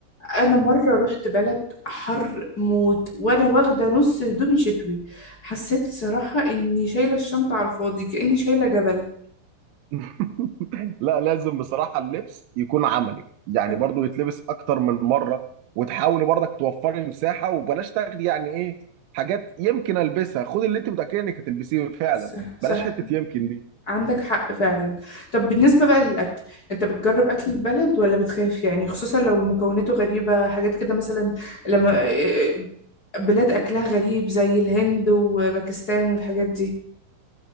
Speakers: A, on the left; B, on the right.
A: انا مره رحت بلد حر موت وانا واخده نص هدومي شتوي حسيت صراحه اني شايله الشنطه على الفاضي كاني شايله جبل
B: <laughs> لا لازم بصراحة اللبس يكون عملي يعني
A: أه،
B: برضو يتلبس أكتر من مرة وتحاولي برضك توفري مساحة وبلاش تاخدي يعني إيه حاجات يمكن ألبسها خدي اللي أنت متأكدة إنك هتلبسيه فعلا
A: صح صح
B: بلاش حتة يمكن دي
A: عندك حق فعلا طب بالنسبة بقى للأكل أنت بتجرب أكل البلد ولا بتخاف يعني خصوصا لو مكوناته غريبة حاجات كده مثلا لما آه، آه، بلاد أكلها غريب زي الهند وباكستان والحاجات دي